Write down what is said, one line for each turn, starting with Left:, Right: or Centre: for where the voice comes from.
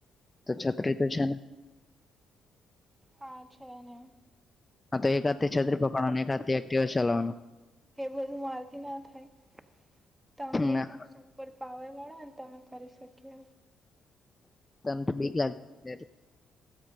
Left: તો છતરી તો છે ને
Right: હા છે ને
Left: હા તો એક હાથે છત્રી પકડવાનું એક હાથે એક્ટિવા ચલાવવાનું
Right: એ બધું મારથી ના થાય તમે.
Left: ના
Right: ઉપર પાવર વાળા ને તમે કરી શકી એ
Left: તને તો બિક લાગે